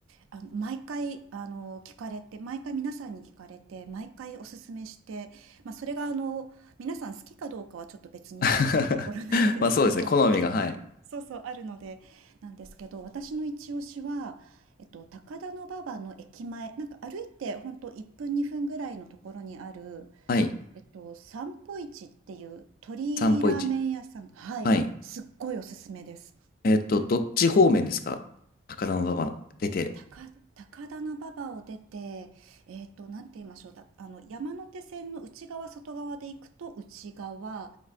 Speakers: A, on the right (about 85°); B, on the left (about 45°).
A: あの、毎回、あの、聞かれて、毎回皆さんに聞かれて、毎回おすすめして、まあ、それが、あの、皆さん好きかどうかはちょっと別にしてっていうところなんですけど、
B: <laughs> まあそうですね、好みが、はい。
A: そうそう、あるので、なんですけど、私の一押しは、えっと、高田馬場の駅前、なんか歩いてほんと1分2分ぐらいのところにある、
B: はい。
A: えっと、散歩市っていう鳥ラーメン屋さん。
B: 散歩市。
A: はい。
B: はい。
A: すっごいおすすめです。
B: えっと、どっち方面ですか高田馬場出て。
A: 高、高田馬場を出て、えっと、なんて言いましょう。だ、あの、山手線の内側、外側で行くと内側。